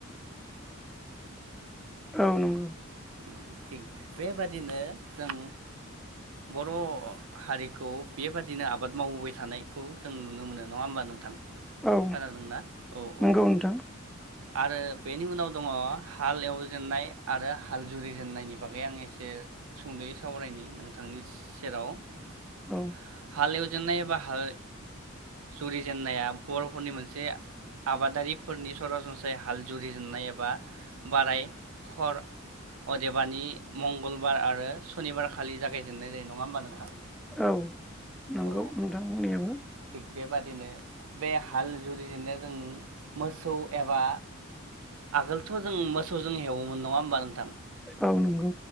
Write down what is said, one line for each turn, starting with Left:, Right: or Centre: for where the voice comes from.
Centre: औ नंगौ।
Right: ओ थिग बेबादिनो जों बर' हारिखौ बेबादिनो आबाद मावबोबाय थानायखौ जों नुनो मोनो नङा होमबा नोंथां।
Centre: औ
Right: खोनादोंना? औ
Centre: नंगौ
Right: औ।
Centre: नोंथां
Right: आरो बेनि उनाव दङ हाल एवजेननाय आरो हाल जुरि जेननायनि बागै आं एसे सुंद'यै सावरायनायनि <inaudible> नोंथांनि सेराव <inaudible>
Centre: औ
Right: हालेव <unintelligible> एबा हाल जुरिजेननाया बर'फोरनि मोनसे आबादारिफोरनि सरासनस्रायै हाल जुरिजेननाय एबा बाराय हर अदेबानि मंगलबार आरो सनिबारखा खालि। जागायजेननाय जायो नङा होमबा नोंथां?
Centre: औ। नंगौ
Right: औ
Centre: नोंथां बुंनायाबो।
Right: थिग बेबादिनो बे हाल जुरिजेन्नाया जों मोसौ एबा आगोलथ' जों मोसौजों हेवोमोन नङा होमबा नोंथां।
Centre: औ नंगौ।